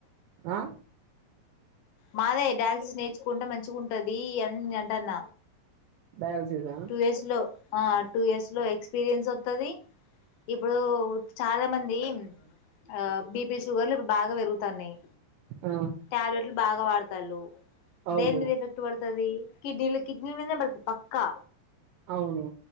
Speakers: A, on the right; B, on the left.
A: ఆ
B: మాదే డ్యాన్సెస్ నేర్చుకుంటే మంచిగా ఉంటది అని అంటన్న
A: డయాలసిసా
B: టూ ఇయర్స్ లో ఆ టూ ఇయర్స్ లో ఎక్స్ ఎక్స్పీరియన్స్ వత్తది ఇప్పుడు చాలా మంది ఆ బిపి షుగర్లు బాగా పెరుగుతన్నాయి
A: ఆ
B: టాబ్లెట్లు బాగా వాడతండ్రు
A: అవును
B: దేన్ మీద ఎఫెక్ట్ పడుతది కిడ్నీ లకి కిడ్నీ మీదే పడుతుంది పక్కా
A: అవును